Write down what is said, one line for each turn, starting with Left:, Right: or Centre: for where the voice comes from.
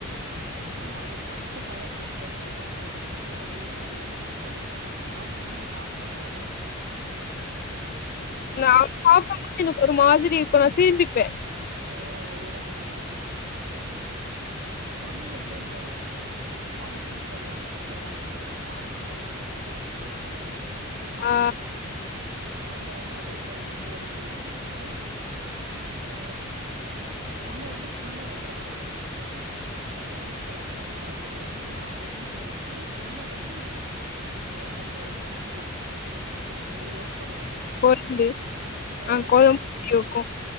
Right: அதான் அத சாப்ட்டு பழங்கவங்களுக்கு வேணா நல்லா இருக்கும் எனக்கெல்லாம் ஐய்யய்யோ நீ எனக்கு அப்டி சாப்பிடும் போது நான் பாத்தருவே மாட்டே நீ
Left: நா
Right: திரும்பி
Left: சாப்ட போது எனக்கு ஒரு மாதிரி இருக்குல்ல திரும்பிப்பே
Right: ஆ அது எப் அதான் நானு பண்ணுவே ஒன்னுன்னு வந்து இந்த கலக்கி சொல்லுவாங்க பாத்தியா அந்த தாளப்பு கரண்டி குட்டி கரண்டி கொள்ள
Left: ஆ
Right: அதுல வந்து அதே மாரி முட்டைய எடுத்து ஊத்திட்டு ஆ உள்ள வந்து ஃபுல்லா வெந்துறக்கூடாது மேல ஸைஸ் எல்லாம் வெந்துர்ணும் ஃபுல்லா வெளிய வெந்துடணும் உள்ள வந்து அ அந்த ஜூசி ஜூசினஸ் இருக்கணும் அந்த யோ கூட
Left: கொழும்பு
Right: ஆ
Left: கொழும்பு இருக்கும்